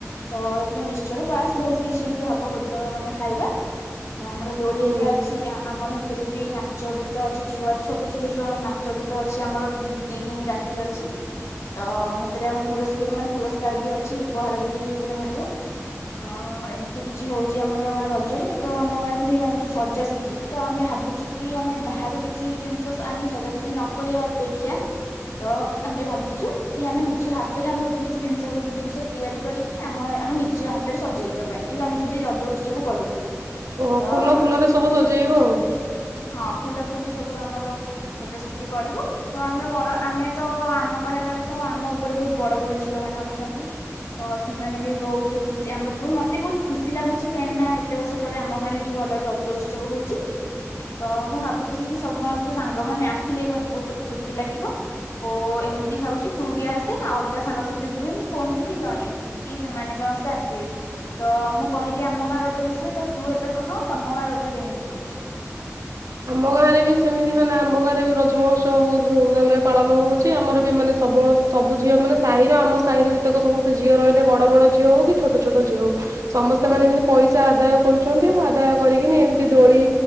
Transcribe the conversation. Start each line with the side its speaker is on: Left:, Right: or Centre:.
Left: ତ ଏଥିରେ ମିକସ୍ଚର ପାସ୍। ବହୁତ କିଛି ଏମିତି ହବ ଭୋଜନ ମାନେ ଖାଇବା। ତ ଆମର ଦୋଳି
Right: ହୁଁ
Left: ଆଜ୍ଞା ଅଛି ଆ-ଆ-ଆମର ହେ ସେଥିରେ ବି ନାଚ ଗୀତ ଅଛି ଛୁଆ ଛୋଟ ଛୋଟ ଛୁଆଙ୍କର ନାଚ ଗୀତ ଅଛି ଆମର ଦି ଦିନ ରାତି ଅଛି ତ ସେଥିରେ ଆମେ ପୁରସକୁ ମାନେ ପୁରସ୍କାର ବି ଅଛି ଉପହାର ବି ସେଥିରେ ମିଳିବ। ତ ଏମିତି କିଛି ହଉଛି ଆମର ଗାଁ ରଜରେ ତ ଆମ ଗାଁରେ ପୁଣି ଆମର ଯୋଉ ସଜାସୁଜି ତ ଆମେ ଭାବୁଛୁ କି ଆମେ ବାହାରୁ କିଛି ଜିନିଷ ଆଣିକି ସଜାସୁଜି ନ କରିବା ଅପେକ୍ଷା ତ ଆମେ ଭାବିଛୁ କି ଆମେ ନିଜ ହାତରେ ଆମେ ସବୁ କିଛି ଜିନିଷ ଜିନିଷ ତିଆରି କରିକି ଆମ ଆମେ ନିଜ ହା ହାତରେ ସଜେଇବା ପାଇଁ ଯୋଉ ଆମେ ଯୋଉଠି ରଜ ଉତ୍ସବ କରୁଛୁ।
Right: ଓ
Left: ତ
Right: ଫୁଲ ଫୁଲରେ ସବୁ ସଜେଇବ ଆଉ।
Left: ହଁ ଫୁଲା ଫୁଲି ସବୁ ଆମର ସଜାସଜି କରିବୁ ତ ଆମର ବଡ ଆମେ ତ ଆମ କହିବାକୁ ଗଲେ ତ ଆମ ଉପରେ ବହୁତ ବଡ ବଡ ଝିଅ ମାନେ ଅଛନ୍ତି ତ ସେମାନେ ବି ବହୁତୁ। ଖୁସି ଆମର ବହୁତ ମତେ ବି ବହୁତ ଖୁସି ଲାଗୁଛି କାହିଁକି ନା ଏତେ ବର୍ଷ ପରେ ଆମ ଗାଁରେ ବି ଟିକେ ଭଲରେ ରଜ ଉତ୍ସବ ହଉଛି ତ ମୁଁ ଭାବୁଛି କି ସମସ୍ତେ ସାଙ୍ଗ ମାନେ ଆସିଲେ ମତେ ବହୁତ ଖୁସି ଲାଗିବ ଓ ଏମିତି ଭାବୁଛି ତୁ ବି ଆସେ ଆଉ ଅଲଗା ସାଙ୍ଗସାଥିୀଙ୍କୁ ବି ମୁଁ ଫୋନ କରିକି ଜଣେଇଛି କି ସେମାନେ ସମସ ଆସିବି ତ ମୁଁ କହିଲି ଆମ ଗାଁ ରଜ ବିଷୟରେ ତ ତୁ ଏବେ କହ ତମ ଗାଁ ରଜ କେମିତି ହଉଛି।
Right: ଆମ ଗାଁରେ ବି ସେମିତି ମାନେ ଆମ ଗାଁରେ ବି ରଜମହୋତ୍ସ ବ ବହୁତ ଧୁମଧାମରେ ପାଳନ ହଉ ଆମର ବି ମାନେ ସବ ସବୁ ଝିଅ। ମାନେ ସାହିର ଆମ ସାହିର ଯେତକ ସମସ୍ତେ ଝିଅ ରହିଲେ ବଡ ବଡ ଝିଅ ହଉ କି ଛୋଟ ଛୋଟ ଝିଅ ହଉ ସମସ୍ତେ ମାନେ ଏମିତି ପଇସା ଆଦାୟ କରୁଛନ୍ତି ଆ ଆଦାୟ କରିକିନି ଏମିତି ଦୋଳି